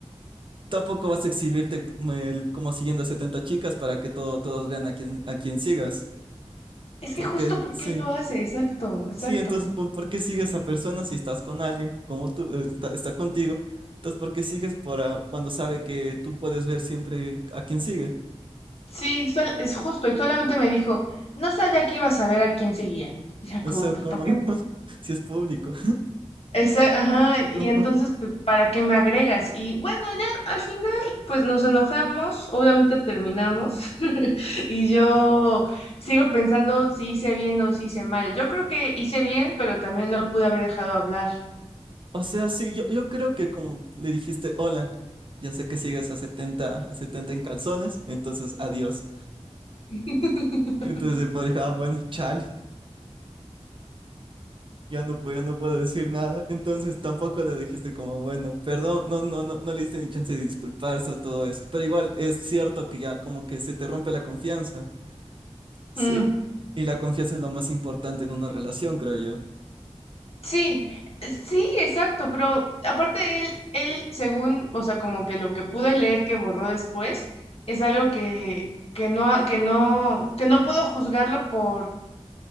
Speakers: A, on the right; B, on the left.
A: tampoco vas a exhibirte eh, como siguiendo a 70 chicas para que todo, todas vean a quién, a quién sigas.
B: Es
A: Porque,
B: que justo porque
A: sí,
B: lo hace, exacto, exacto.
A: sí, entonces, ¿por, por qué sigues a personas si estás con alguien como tú, eh, está, está contigo? Entonces, ¿por qué sigues para cuando sabe que tú puedes ver siempre a quién sigue?
B: Sí, sol- es justo, y solamente me dijo, no sabía que iba a saber a quién seguía. Y ya
A: O
B: como,
A: sea,
B: pues,
A: como
B: ¿para qué?
A: no, <laughs> si es público.
B: Esa, ajá, y
A: Ajá.
B: entonces, pues, ¿para qué me agregas? Y bueno, ya al final, pues nos enojamos, obviamente terminamos, <laughs> y yo sigo pensando si hice bien o si hice mal. Yo creo que hice bien, pero también lo pude haber dejado hablar.
A: O sea, sí, yo, yo creo que como le dijiste, hola, ya sé que sigues a setenta a setenta en calzones, entonces adiós.
B: <laughs>
A: Entonces el padre dijo, ah, bueno, chale. Yo no, pu- yo no puedo decir nada. Entonces tampoco le dijiste como, bueno, perdón, no, no, no, no le diste ni chance de disculparse o todo eso. Pero igual es cierto que ya como que se te rompe la confianza. Sí.
B: Mm.
A: Y la confianza es lo más importante en una relación, creo yo.
B: Sí, eh, sí, exacto, pero aparte él, él, según, o sea, como que lo que pude leer que borró después, es algo que, que no, que no, que no puedo juzgarlo por,